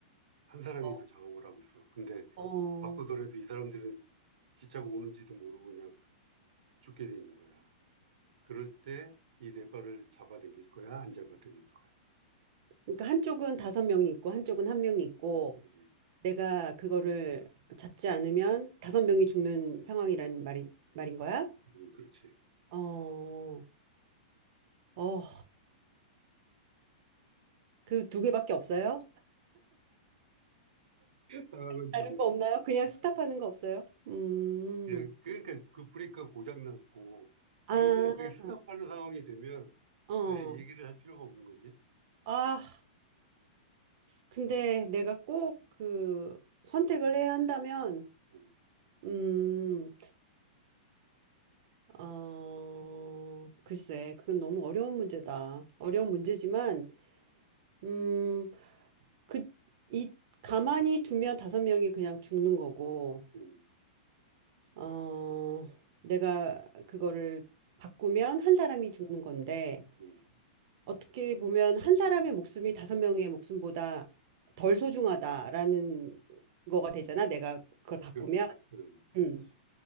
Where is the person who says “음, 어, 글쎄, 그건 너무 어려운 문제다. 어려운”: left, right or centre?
Right